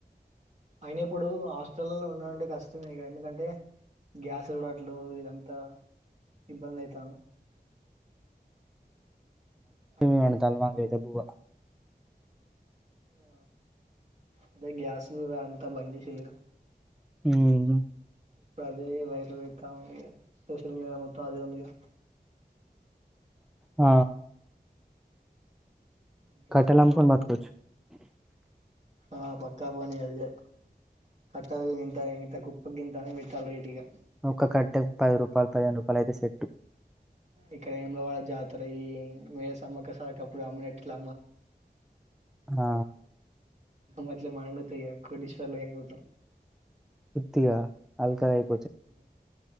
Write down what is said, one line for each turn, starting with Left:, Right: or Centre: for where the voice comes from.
Right: అయిన ఇప్పుడు హాస్టల్లో ల్లో ఉండడం అంటే కష్టమే ఇగ ఎందుకంటే గ్యాసుల్రాట్లెవ్ ఇదంతా ఇబ్బంది అయితంది అంత
Centre: వండుతల్లు మాకైతే బువ్వ
Right: ఆ అదే గ్యాస్ మీద అంత బంద్ చేసిల్లుగా
Centre: ఉమ్
Right: ఇప్పుడు అదే వైరల్ అయితా ఉందిగా సోషల్ మీడియా మొత్తం అదే ఉందిగా
Centre: ఆ
Right: ఇంకేంటి
Centre: కట్టెలమ్ముకొని
Right: మరి
Centre: బతుకొచ్చు
Right: ఆ పక్కా పని అదే కట్టకింత ఇంతకుప్ప గింత అని పెట్టాలే రేటు ఇగ
Centre: ఒక కట్టెకు పది రూపాలు పదిహేను రూపాలు అయితే సెట్టు
Right: ఇక్కడ వేములవాడ జాతర అయి మే సమ్మక్క సారక్క అప్పుడు అమ్మినట్లు ఇప్పుడు
Centre: ఆ
Right: అమ్మాలె మనం గుత <unintelligible> కోటీశ్వరులం అయిపోతం
Centre: ఉత్తిగా అల్కగా అయి
Right: ఊ